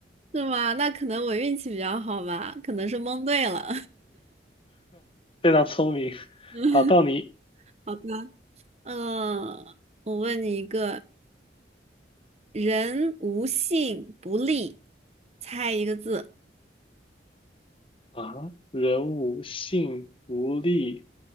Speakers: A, on the right; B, on the left.
A: 是吗？那可能我运气比较好吧，可能是蒙对了。
B: 非常聪明。
A: <laughs>
B: 好，到你
A: 好的，嗯，我问你一个，人无信不立，猜一个字。
B: 啊，人无信不立，